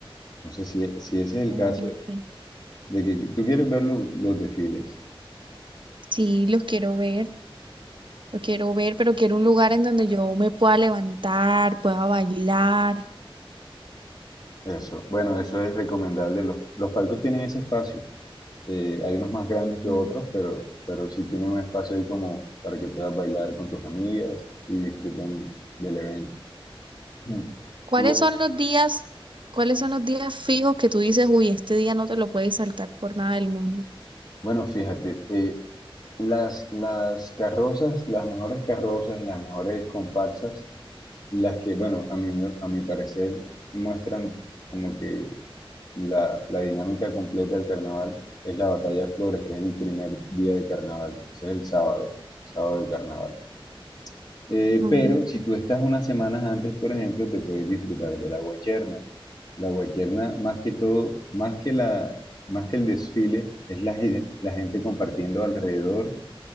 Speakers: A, on the left; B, on the right.
A: No sé si, si ese es
B: Claro,
A: el caso
B: ok.
A: de que tú quieres ver lo- los desfiles.
B: Sí, los quiero ver. Lo quiero ver, pero quiero un lugar en donde yo me pueda levantar, pueda bailar.
A: Eso, bueno, eso es recomendable. Los, los palcos tienen ese espacio. Eh, hay unos más grandes que
B: Mm,
A: otros, pero, pero sí tienen un espacio ahí como para que puedas bailar con tus amigas y disfruten del evento. Mm. <clears throat>
B: ¿Cuáles
A: Lo-
B: son los días, cuáles son los días fijos que tú dices, uy, este día no te lo puedes saltar por nada del mundo?
A: bueno, fíjate, eh, las, las carrozas, las mejores carrozas y las mejores comparsas, las que, bueno, a mi, a mi parecer muestran como que la, la dinámica completa del carnaval es la batalla de flores, que es el primer día de carnaval, ese es el sábado, sábado de carnaval. Eh,
B: Mm,
A: pero si tú estás unas semanas antes, por ejemplo, te puedes disfrutar de la guacherna. La guacherna, más que todo, más que la, más que el desfile, es la, gen- la gente compartiendo alrededor